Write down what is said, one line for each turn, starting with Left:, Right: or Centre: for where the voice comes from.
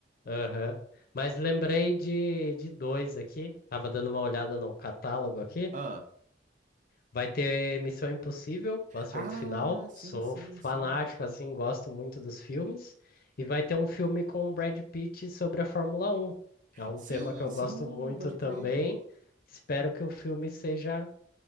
Left: Aham. Mas lembrei de, de dois aqui. Tava dando uma olhada no catálogo aqui.
Right: Ah.
Left: Vai ter Missão Impossível, o Acerto
Right: Ah,
Left: Final.
Right: sim,
Left: Sou
Right: sim,
Left: fanático,
Right: sim.
Left: assim, gosto muito dos filmes. E vai ter um filme com o Brad Pitt sobre a Fórmula Um, que é um
Right: Sim,
Left: tema que eu
Right: sim,
Left: gosto muito
Right: pode
Left: também.
Right: crer.
Left: Espero que o filme seja